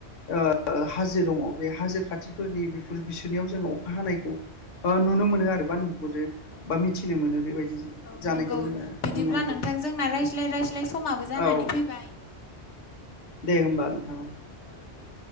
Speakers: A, on the left; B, on the left.
A: ओ ओ हाजो दङ बे हाजो खाथिफोरनि बेफोर बिसोरनियाव जोंङो अखा हानायखौ ओ नुनो मोनो आरो बा नुहुरो।
B: औ
A: बा मिथिनो
B: औ
A: मोनो बेबायदि
B: औ
A: जानायखौ
B: नंगौ
A: जोङो
B: बिदिब्ला
A: नुनो मोनदों
B: नोंथांजों ना रायज्लाय रायज्लाय ज्लाय समाबो जानानै
A: औ
B: फैबाय।
A: दे होमबा
B: औ
A: नोथां।
B: औ दे